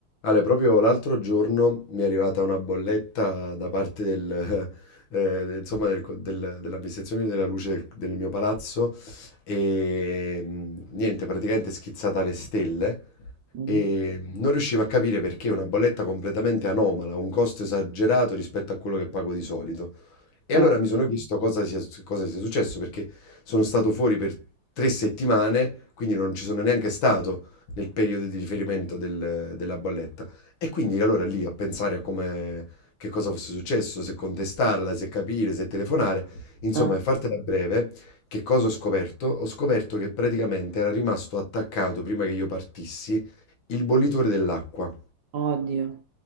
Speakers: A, on the left; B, on the right.
A: Ale, proprio l'altro giorno mi è arrivata una bolletta da parte del, <laughs> eh, de- insomma, del co- del- dell'amministrazione della luce del, del mio palazzo e mm, niente, praticamente schizzata alle stelle
B: Mhm.
A: e non riuscivo a capire perché una bolletta completamente anomala, un costo esagerato rispetto a quello che pago di solito. E
B: Ah,
A: allora mi sono chiesto cosa sia, cosa sia successo, perché sono stato fuori per tre settimane, quindi non ci sono neanche stato nel periodo di riferimento del- della bolletta. E quindi allora lì a pensare a come, che cosa fosse successo, se contestarla, se capire, se telefonare, insomma,
B: ah,
A: per fartela breve, che cosa ho scoperto? Ho scoperto che praticamente era rimasto attaccato, prima che io partissi, il bollitore dell'acqua.
B: oddio.